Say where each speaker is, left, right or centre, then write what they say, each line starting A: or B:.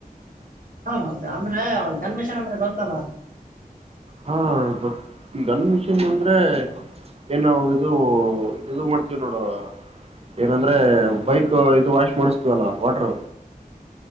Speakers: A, on the right (about 65°); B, on the right (about 40°).
A: ಹ ಮತ್ತೆ ಅಂದ್ರೆ ಗನ್ಮಿಷನ್ ಅಂದ್ರೆ ಗೊತ್ತಲ್ಲ.
B: ಹಾ ಗೊತ್ ಗನ್ ಮಿಷನ್ ಅಂದ್ರೆ ಏನ್ ನಾವ್ ಇದು ಇದುದು ಮಾಡ್ತೀವ್ ನೋಡು. ಏನಂದ್ರೆ ಬೈಕ್ ಇದು ವಾಶ್ ಮಾಡಿಸ್ತೀವಲ್ಲ ವಾಟ್ರು.